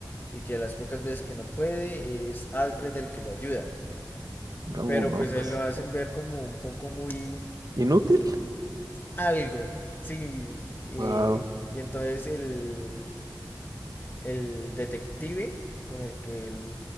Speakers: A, on the left; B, on the right.
A: Y que las pocas veces que no puede es Alfred el que le ayuda.
B: No,
A: Pero
B: no,
A: pues
B: pues.
A: él lo hacen ver como un poco muy
B: ¿Inútil?
A: algo. Sí, eh,
B: Wow.
A: y entonces el, el detective con el que él